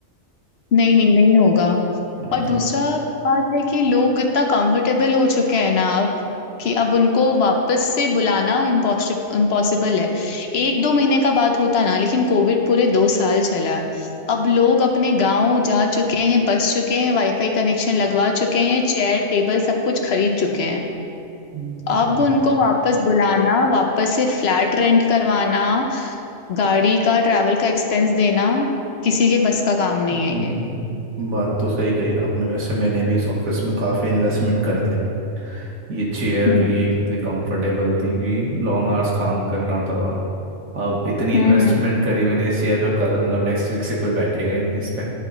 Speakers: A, on the left; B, on the right.
A: नहीं नहीं नहीं होगा
B: वही
A: और दूसरा
B: तो
A: बात है कि लोग इतना कंफर्टेबल हो चुके हैं ना अब कि अब उनको वापस से बुलाना इम्पॉसिबल इम्पॉसिबल है एक दो महीने का बात होता ना लेकिन कोविड पूरे दो साल चला अब लोग अपने गांव जा चुके हैं बस चुके हैं वाईफाई कनेक्शन लगवा चुके हैं चेयर टेबल सब कुछ खरीद चुके हैं
B: हम्म,
A: अब
B: ब-
A: उनको वापस बुलाना वापस से फ्लैट रेंट करवाना गाड़ी का ट्रैवल का एक्सपेंस देना किसी के बस का काम नहीं
B: हम्म,
A: है ये
B: बात तो सही कही आपने वैसे मैंने भी इस ऑफिस में काफ़ी इन्वेस्टमेंट कर दिया ये चेयर
A: हम्म
B: लिए कितनी कंफर्टेबल थी कि लॉन्ग आवर्स काम करना होता था अब इतनी
A: हम्म
B: इन्वेस्टमेंट करी मैंने शेयर पे कल मतलब नेक्स्ट वीक से कोई बैठेगा ही नहीं इस पे